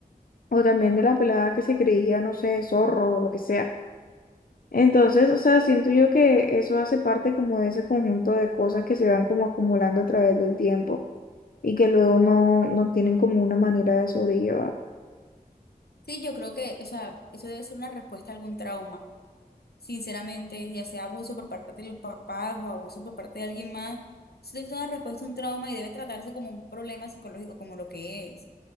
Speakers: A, on the left; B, on the left.
A: o también de la pelada que se creía, no sé, zorro o lo que sea. Entonces, o sea, siento yo que eso hace parte como de ese conjunto de cosas que se van como acumulando a través del tiempo y que luego no, no tienen como una manera de sobrellevar.
B: Sí, yo creo que, o sea, eso debe ser una respuesta a algún trauma. sinceramente, ya sea abuso por parte de los papás o abuso por parte de alguien más, eso es una respuesta a un trauma y debe tratarse como un problema psicológico, como lo que es,